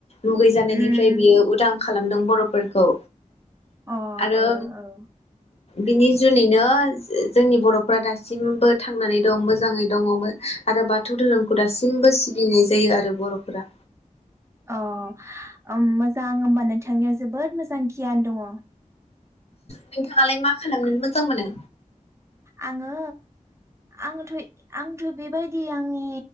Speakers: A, on the left; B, on the right.
A: मुगैजानायनिफ्राय
B: उम
A: बियो उदां खालामदों बर'फोरखौ।
B: अ ओ
A: आरो
B: ओ
A: बिनि जुनैनो जोंनि बर'फ्रा दासिमबो थांनानै दं मोजाङै दङमो आरो बाथौ धोरोमखौ दासिमबो सिबिनाय जायो आरो बर' फोरा।
B: अ ओम मोजां होमबा नोंथांनियाव जोबोद मोजां गियान दङ।
A: नोंथाङालाय मा खालामनो मोजां मोनो?
B: आङो आङोथ' आंथ' बेबाय दि आंनि